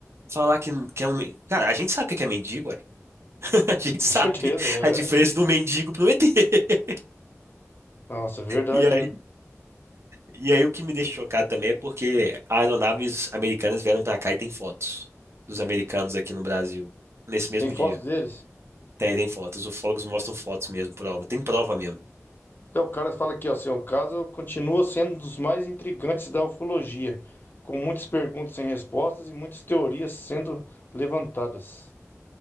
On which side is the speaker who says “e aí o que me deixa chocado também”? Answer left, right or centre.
Right